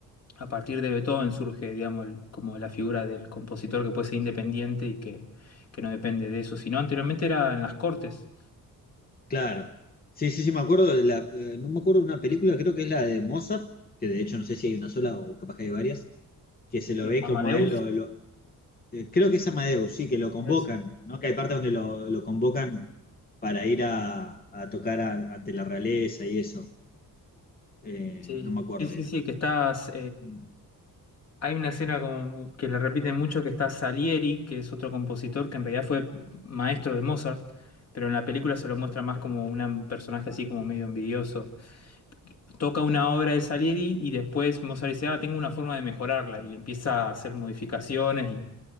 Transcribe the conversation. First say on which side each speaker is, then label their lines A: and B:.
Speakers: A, on the left (about 45°); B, on the left (about 25°).
A: A partir de Beethoven surge, digamos, el- como la figura del compositor que puede ser independiente y que, que no depende de eso, sino anteriormente era en las cortes.
B: Claro. Sí, sí, sí, me acuerdo de la, eh, no me acuerdo de una película, creo que es la de Mozart, que de hecho no sé si hay una sola o capaz que hay varias, que se lo
A: Sí.
B: ve
A: Amadeus.
B: como a él lo, lo- eh, creo que es Amadeus, sí, que lo convocan,
A: es-
B: ¿no? Que hay partes donde lo, lo convocan para ir a, a tocar a- ante la realeza y eso. Eh,
A: Sí.
B: no me acuerdo
A: Sí, sí,
B: bien.
A: sí, que estás.
B: Mm.
A: Hay una escena como que le repiten mucho que está Salieri, que es otro compositor que en realidad fue maestro de Mozart, pero en la película se lo muestra más como una- un personaje así como medio envidioso. Toca una obra de Salieri y después Mozart dice, ah, tengo una forma de mejorarla y le empieza a hacer modificaciones y,